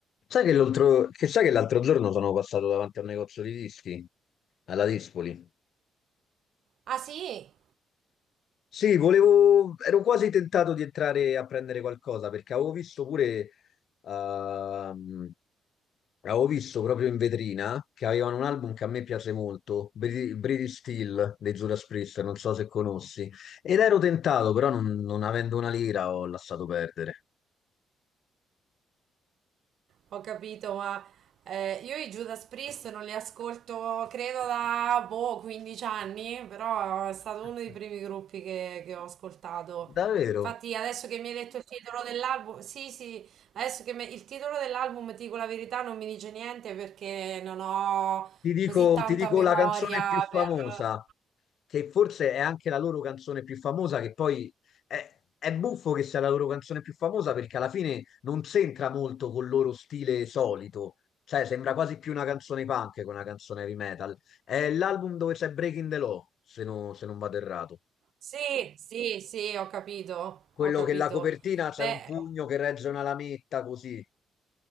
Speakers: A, on the left; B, on the right.
A: Sai che l'altro che sai che l'altro giorno sono passato davanti a un negozio di dischi alla Dispoli?
B: Ah sì,
A: Sì, volevo, ero quasi tentato di entrare a prendere qualcosa perché avevo visto pure, ehm, avevo visto proprio in vetrina che avevano un album che a me piace molto, Bri- British Steel dei Judas Priest, non so se conosci, ed ero tentato, però non, non avendo una lira ho lasciato perdere.
B: ho capito, ma eh, io i Judas Priest non li ascolto credo da boh, 15 anni, però è stato
A: <laughs>
B: uno dei primi gruppi che, che ho ascoltato.
A: Davvero?
B: Infatti adesso che mi hai detto il titolo dell'album, sì sì, adesso che me- il titolo dell'album, ti dico la verità, non mi dice niente perché non ho
A: Ti dico,
B: così tanta
A: ti dico
B: memoria
A: la canzone più famosa.
B: per...
A: che forse è anche la loro canzone più famosa, che poi è, è buffo che sia la loro canzone più famosa perché alla fine non c'entra molto col loro stile solito, cioè sembra quasi più una canzone punk che una canzone heavy metal. È l'album dove c'è Breaking the Law, se, no- se non vado errato.
B: Sì, sì, sì, ho capito,
A: Quello
B: ho capito.
A: che la copertina c'è
B: Beh...
A: un pugno che regge una lametta così,